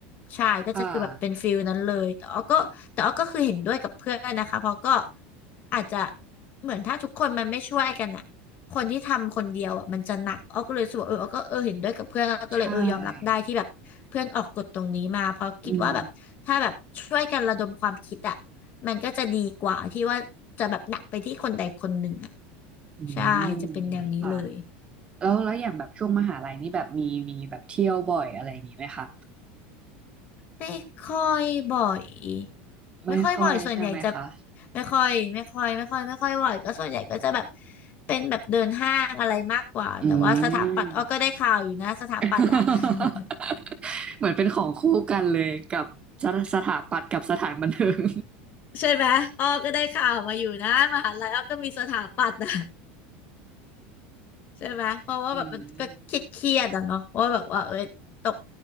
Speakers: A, on the left; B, on the right.
A: ใช่ก็จะคือแบบเป็นฟิลนั้นเลยแต่อ้อก็แต่อ้อก็คือเห็นด้วยกับเพื่อนนะคะเพราะก็
B: ค่ะ
A: อาจจะเหมือนถ้าทุกคนมันไม่ช่วยกันอ่ะ คนที่ทำคนเดียวอ่ะมันจะหนักอ้อก็เลยรู้สกวาเอออ้อก็เออเห็นด้วยกับเพื่อนอ้อก็เลยเออยอมรับได้ที่แบบเพื่อนออกกฎตรงนี้มาเพราะคิดว่าแบบถ้าแบบช่วยกันระดมความคิดอ่ะ
B: ใช่อืม
A: มันก็จะดีกว่าที่ว่าจะแบบหนักไปที่คนใดคนหนึ่งอ่ะ
B: อืม
A: ใช่จะเป็นแนวนี้เลย
B: ค่ะแล้วแล้วอย่างแบบช่วงมหาลัยนี่แบบมีมีแบบเที่ยวบ่อยอะไรอย่างงี้ไหมคะ
A: ไม่ค่อยบ่อย
B: ไม่ค่อยใช่ไหมคะ
A: ไม่ค่อยบ่อยส่วนใหญ่จะไม่ค่อยไม่ค่อยไม่ค่อยไม่ค่อยบ่อยก็ส่วนใหญ่ก็จะแบบเป็นแบบเดินห้างอะไรมากกว่าแต่ว่าสถาปัตย์อ้อก็ได้ข่าวอยู่นะสถาปัตย์อ่ะ
B: อืม <laughs>
A: <laughs>
B: เหมือนเป็นของคู่กันเลยกับสถสถาปัตย์กับสถานบันเทิง
A: ใช่ไหมอ้อก็ได้ข่าวมาอยู่นะมหาลัยอ้อก็มีสถาปัตย์นะใช่ไหมเพราะว่าแบบมันก็คิดเครียดๆอะเนาะว่าแบบว่าเอ้ยตก
B: <laughs> อืม